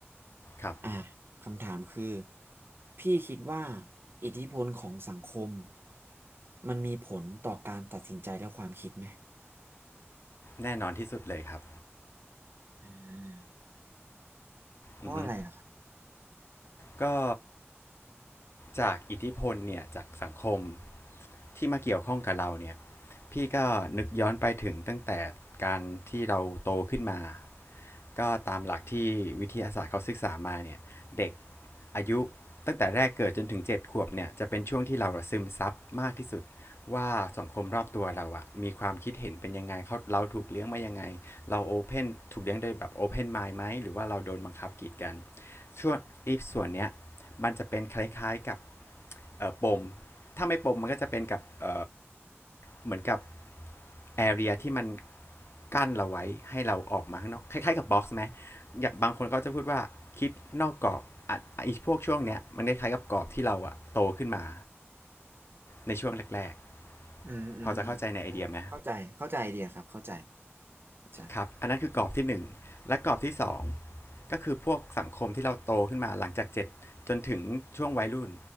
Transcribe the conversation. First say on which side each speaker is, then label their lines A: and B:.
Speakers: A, on the left (about 60°); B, on the right (about 55°).
A: ครับ
B: อ่าคำถามคือพี่คิดว่าอิทธิพลของสังคมมันมีผลต่อการตัดสินใจและความคิดไหม
A: แน่นอนที่สุดเลยครับ
B: อ่าเพราะอะไรล่ะครับ
A: อือฮึก็จากอิทธิพลเนี่ยจากสังคมที่มาเกี่ยวข้องกับเราเนี่ย พี่ก็นึกย้อนไปถึงตั้งแต่การที่เราโตขึ้นมา ก็ตามหลักที่วิทยาศาสตร์เขาศึกษามาเนี่ยเด็กอายุตั้งแต่แรกเกิดจนถึงเจ็ดขวบเนี่ยจะเป็นช่วงที่เราซึมซับมากที่สุดว่าสังคมรอบตัวเราอะมีความคิดเห็นเป็นยังไงเขาเราถูกเลี้ยงมายังไงเราโอเพนถูกเลี้ยงโดยแบบโอเพนไมล์ไหมหรือว่าเราโดนบังคับกีดกัน ช่วงอีฟส่วนเนี้ยมันจะเป็นคล้ายๆกับปมถ้าไม่ปมมันก็จะเป็นกับเเหมือนกับแอเรียที่มันกั้นเราไว้ให้เราออกมาข้างนอกคล้ายๆกับบ็อกซ์ไหมอย่างบางคนเขาจะพูดว่าคิดนอกกรอบอ่ะไอ้พวกช่วงเนี้ยมันคล้ายๆกับกรอบที่เราอะโตขึ้นมาในช่วงแรก
B: อืมอืมอืม
A: ๆพอจะเข้าใจในไอเดียไหม
B: เข้าใจเข้าใจไอเดียครับเข้าใจเข้าใจ
A: ครับอันนั้นคือกรอบที่หนึ่ง และกรอบที่สองก็คือพวกสังคมที่เราโตขึ้นมาหลังจากเจ็ดจนถึงช่วงวัยรุ่น